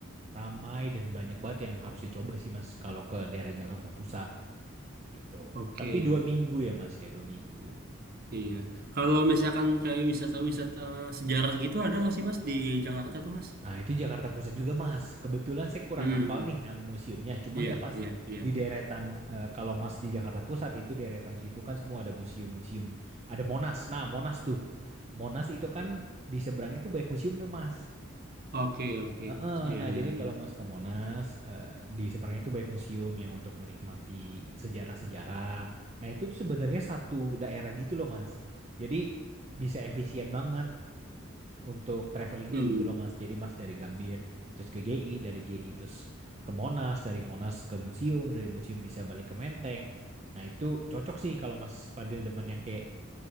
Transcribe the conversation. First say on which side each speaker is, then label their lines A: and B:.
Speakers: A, on the right; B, on the right.
A: ramai dan banyak banget yang harus dicoba sih mas kalau ke daerah Jakarta Pusat gitu.
B: oke,
A: Tapi dua minggu ya mas ya dua minggu.
B: iya. Kalau
A: Hmm.
B: misalkan kayak wisata-wisata sejarah gitu ada nggak sih Mas di Jakarta tuh Mas?
A: Nah, itu Jakarta Pusat juga, Mas. Kebetulan saya kurang
B: Hmm,
A: apal nih nama museumnya. Cuman
B: iya,
A: ya pas
B: iya, iya.
A: di deretan, eh, kalau Mas di Jakarta Pusat itu deretan situ kan semua ada museum-museum. Ada Monas. Nah, Monas tuh. Monas itu kan di seberangnya tuh banyak museum tuh, Mas.
B: Oke, oke
A: Heeh.
B: Mas, iya,
A: Nah,
B: iya,
A: jadi
B: iya.
A: kalau Mas ke Monas, eh, di seberangnya tuh banyak museum yang untuk menikmati sejarah-sejarah. Nah, itu tuh sebenarnya satu daerah gitu loh, Mas. Jadi bisa efisien banget untuk travelingnya
B: Hmm,
A: gitu loh Mas. Jadi Mas dari Gambir terus ke GI, dari GI terus ke Monas, dari Monas ke museum, dari museum bisa balik ke Menteng. Nah itu cocok sih kalau Mas Padil demen yang kayak